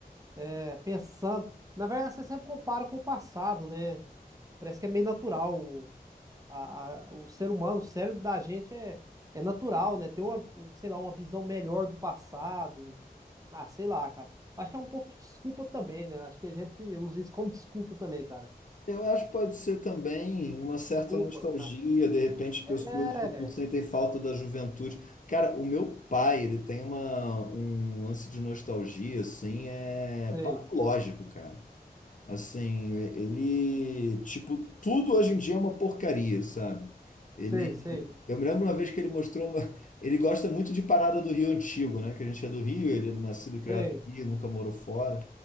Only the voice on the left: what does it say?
Eu acho que pode ser também uma certa
nostalgia,
de repente,
as pessoas tipo, sentem falta da juventude. Cara, o meu pai, ele tem uma, um lance de nostalgia, assim, é
patológico, cara. Assim, ele, tipo, tudo hoje em dia é uma porcaria, sabe? Ele,
eu me lembro uma vez que ele mostrou uma, ele gosta muito de parada do Rio Antigo, né? Que a gente é do Rio, ele é nascido, e
criado aqui, nunca morou fora.